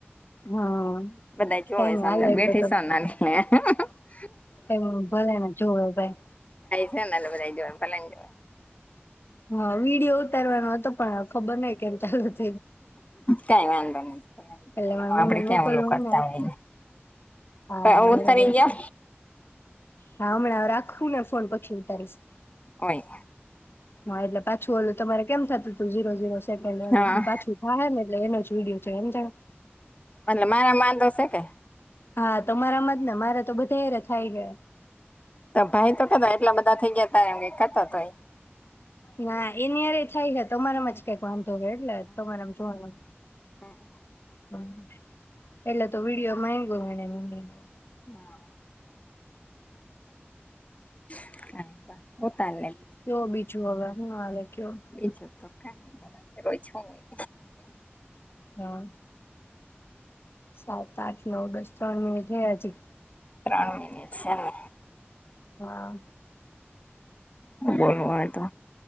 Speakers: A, on the left; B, on the left.
A: હા
B: બધા જોવે
A: કઈ નઈ
B: છે અંદર
A: હાલે એટલું
B: બેઠી
A: તો
B: છે ને <inaudible>
A: એમ ભલે ને જોવે ભાઈ.
B: <unintelligible> ભલે ને જોવે.
A: વાં વિડીયો ઉતારવાનો અતો પણ ખબર નઈ કેમ ચાલુ થ
B: કાંઈ વાંધ <inaudible>
A: એટલે
B: એમાં
A: મારા મમ્મીને
B: આપડે ક્યાં
A: મોકલવું
B: ઓલું કરતા
A: ને
B: હોય
A: હા
B: છે,
A: ના
B: <unintelligible> ઉતરી
A: બરોબર
B: જા.
A: છે. હા, અમણાં રાખું ને ફોન પછી ઉતારીશ.
B: હોય
A: હા એટલે પાછું ઓલું તમારે કેમ થતું તુ ઝીરો ઝીરો સ તે
B: હા
A: <unintelligible> પાછુ થાહે ને એટલે એને જ. વિડીયો છે સમજાણું?
B: એટલે મારામાં વાંધો સે કે?
A: હા, તમારામાં જ ને મારા તો બધા હેરા થાય ગયા.
B: તો ભાઈ તો કતો એટલા બધા થઇ ગયા તા એમ કેતો તો તો એ.
A: ના એની આરે થાય ને, તમારામાં જ કંઈક વાંધો હે એટલે જ તમારામાં જોવાનુ મન
B: હા
A: હમ, એટલે તો વિડિઓ માંગ્યુ એણે મમ્મી એ.
B: હા. <unintelligible>
A: કયો બીજું હવે? ના હાલે કયો.
B: બીજું તો કઈ નઈ. રોજ હું હોય?
A: હા સાત આઠ નવ દસ ત્રણ <unintelligible> હે હજી
B: ત્રણ મિનિટ છે ને
A: હા
B: બરય તો